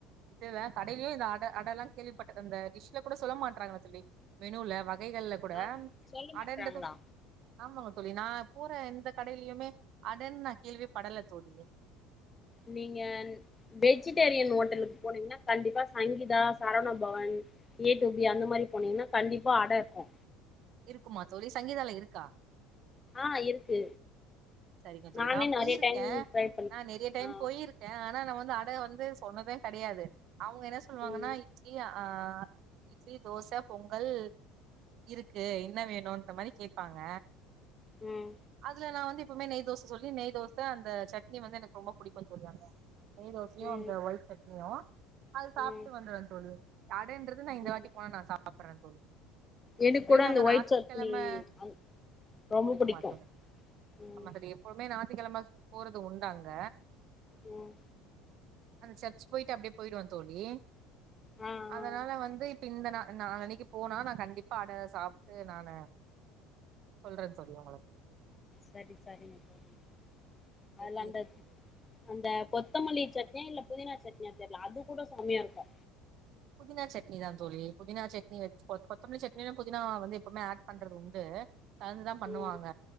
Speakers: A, on the right; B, on the left.
A: இதுல கடையிலே இந்த அடை அட எல்லா கேள்விப்பட்ட அந்த டிஷ்ல கூட சொல்ல மாட்றாங்கள தோழி மெனுல வகைகள்ல கூட
B: ஆ சொல்ல மாட்றாங்களா
A: அடன்ரது ஆமாங்க தோழி நா போற எந்த கடையிலயுமே அடன்னு நா கேள்வி படல தோழி
B: நீங்க வெஜ்டேரியன் ஹோட்டலுக்கு போனீங்கன்னா கண்டிப்பா Sangeetha Saravana Bhavan A two B அந்த மாரி போனீங்கன்னா கண்டிப்பா அட இருக்கு
A: இருக்குமா தோழி சங்கீதால இருக்கா
B: ஆ இருக்கு
A: சரிங்க தோழி
B: நானே
A: நா போயிருக்கே
B: நெறைய டைம் ட்ரை பண்ணி
A: நான் நெறைய டைம்
B: ஆ
A: போயிருக்கே ஆனா நா வந்து அட வந்து சொன்னதே கெடையாது அவங்க என்ன சொல்லுவாங்கன்னா
B: ம்
A: இப் இட்லி ஆ இட்லி தோச பொங்கல் இருக்கு என்ன வேணுன்ற மாரி கேப்பாங்க
B: ம்
A: அதுல நா வந்து எப்பவுமே நெய் தோச சொல்லி நெய்தோச அந்த சட்னி வந்து எனக் ரொம்ப புடிக்கு தோழி அட நெய் தோசயு
B: ம்
A: இந்த ஒய்ட் சட்னியு அது சாப்ட்டு
B: ம்
A: வந்துருவே தோழி இந்த அடேன்றது நா இந்த
B: ம்
A: வாட்டி போனா நா சாப்பிடறே தோழி
B: எனக்கு
A: எப்டியு
B: கூட
A: நாங்க
B: அந்த ஒயிட்
A: ஞாத்திக்கெழம
B: சட்னி அந் ரொம்ப
A: பொடிக்கு
B: புடிக்கு
A: மாட்டோல
B: ம்
A: <unintelligible> எப்போத்மே ஞாத்திக்கெழம போறது உண்டு அங்க
B: ம்
A: அந்த சர்ச் போய்ட்டு அப்டியே போய்டுவே தோழி
B: ஆ ஆ
A: அதனால வந்து இப்ப இந்த நா நாலனைக்கி போனா நா கண்டிப்பா அட சாப்ட்டு நானு சொல்றேன் தோழி உங்களுக்கு
B: சரி சரிங்க தோழி கால்ல
A: எப்டி
B: <unintelligible>
A: இருக்கு
B: அந்த கொத்தமல்லி சட்னியா இல்ல புதினா சட்னியா தெர்ல அது கூட சம்மயா இருக்கு
A: புதினா சட்னி தா தோழி புதினா சட்னி வெச்சு கொ- கொத்தமல்லி சட்னிறிலு புதினா வந்து எப்பொத்மே ஆட் பண்றது உண்டு கலந்துதா பண்ணுவாங்க
B: ம்